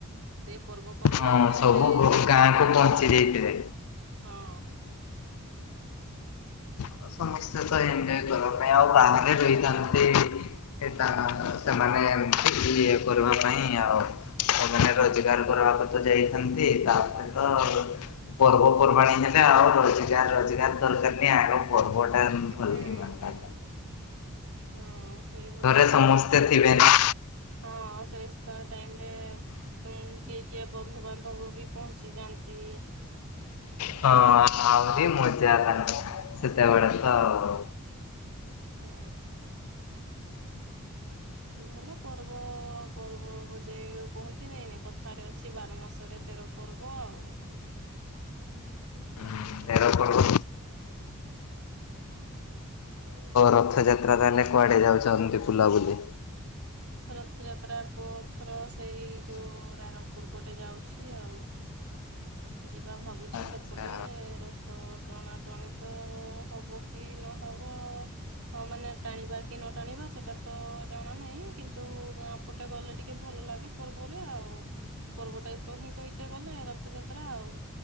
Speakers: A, on the right; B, on the left.
A: ସେ ପର୍ବ ପଣବାଣୀ
B: ହଁ
A: ହେଲେ
B: ସବୁ
A: ସେ ଗାଁକୁ ଫେରିବେ
B: ପହଞ୍ଚି ଯାଇଥିବେ।
A: ହଁ।
B: ଆଉ ସମସ୍ତେ ତ ଏନଜୟ କରିବା ପାଇଁ ଆଉ ବାହାରେ ରହିଥାନ୍ତି। ଏଟା ସେମାନେ ଏମ ଇଏ କରିବା ପାଇଁ ଆଉ। ସେମାନେ ରୋଜଗାର କରିବାକୁ ତ ଯାଇଥାନ୍ତି ତାପରେ ତ ପର୍ବପର୍ବାଣି ହେଲେ ଆଉ ରୋଜଗାର ରୋଜଗାର ଦରକାର ନି ଆଗ ପର୍ବଟାନ ଭଲକି
A: ହୁଁ
B: ମାତାନ୍।
A: ହୁଁ ହଁ। ସେଇଭଳିଆ
B: ଘରେ ସମସ୍ତେ
A: ଆଉ
B: ଥିବେନା
A: ହଁ ସେଇ ଟାଇମରେ ଉଁ କିଏ କିଏ ବନ୍ଧୁବାନ୍ଧବ ବି ପହଞ୍ଚି ଯାଆନ୍ତି।
B: ହଁ ଆହୁରି ମଜା ତାଙ୍କ ସେତେବେଳେ
A: ହୁଁ
B: ତ ଆଉ।
A: ହୁଁ। ଭଲ ପର୍ବ ପର୍ବ ଯେ କୁହନ୍ତି ନିନି କଥାରେ ଅଛି ବାର ମାସରେ ତେର ପର୍ବ ଆଉ।
B: <unintelligible> ଏଥିର ରଥଯାତ୍ରା ଆମେ କୁଆଡେ ଯାଉଛନ୍ତି ବୁଲାବୁଲି?
A: ରଥଯାତ୍ରା ପ ଥର ସେଇ ଯୋଉ ରାଇରଙ୍ଗପୁର ପଟେ ଯାଉଛି ଆଉ। ଯିବା ଭାବୁଛି
B: ଆଚ୍ଛା
A: ସେପଟେ ରଥ ଟଣାଟଣି ତ ହବ। କି ନହବ। ହଁ ମାନେ ଟାଣିବା କି ନ ଟାଣିବା ସେଟା ତ ଜଣା ନାହିଁ କିନ୍ତୁ ଗାଁ ପଟେ ଗଲେ ଟିକେ ଭଲ ଲାଗେ ପର୍ବରେ ଆଉ ପର୍ବଟା ହିଁ କହିତେ ଗଲେ ରଥଯା ତ୍ରା ଆଉ